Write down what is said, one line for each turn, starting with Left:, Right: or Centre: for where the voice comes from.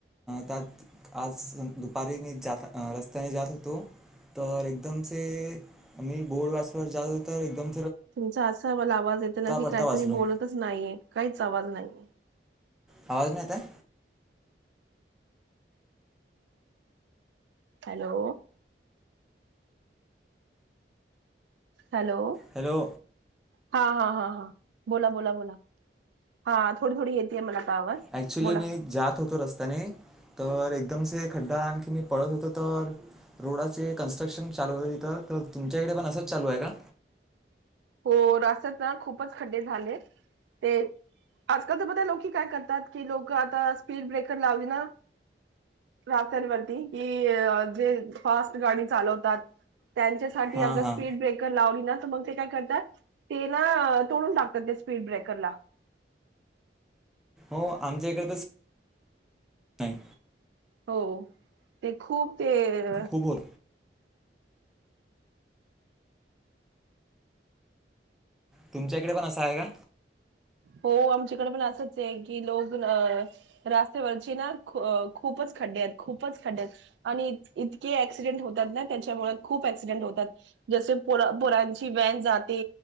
Centre: त्या आज दुपारी मी जात रस्त्याने जात होतो, तर एकदमसे मी बोर्ड वाचत जात होतो तर एकदम
Right: तुमचा असा मला आवाज येत ना की
Centre: पडता
Right: काय
Centre: वाचलो
Right: तुम्ही बोलतच नाहीये काहीच आवाज नाही. <inaudible>
Centre: आवाज नाही येत आहे.
Right: हॅलो हॅलो
Centre: हॅलो
Right: हा हा हा हा बोला बोला बोला. हा थोडी थोडी येतीय मला आता आवाज
Centre: ॲक्च्युली
Right: बोला.
Centre: मी जात होतो रस्त्याने तर एकदमसे खड्डा आणखी मी पळत होतो तर रोडाचे कन्स्ट्रक्शन चालू होत तिथं. तर तुमच्याकडे पण असंच चालू आहे का?
Right: हो रस्त्यात ना खूपच खड्डे झाले ते आजकाल तर बघ लोक काय करतात कि लोक आता स्पीड ब्रेकर लावली ना रस्त्यांवरती कि जे फास्ट गाडी चालवतात. त्यांच्यासाठी
Centre: हां
Right: अगर
Centre: हां
Right: स्पीड ब्रेकर लावली ना तर मग ते काय कर ते ना तोडून टाकतात ते स्पीड ब्रेकरला.
Centre: हो आमच्या इकडे तर नाही.
Right: हो ते खूप ते
Centre: खबर तुमच्याकडे पण असा आहे का
Right: हो आमच्याकडे पण असंच आहे की लोक रस्त्यावरची ना खूपच खड्डे आहेत खूपच खड्डे आहेत आणि इतके ऍक्सिडेंट होतात ना त्याच्यामुळे खूप ऍक्सिडेंट होतात जसे पोरांची व्हॅन जाते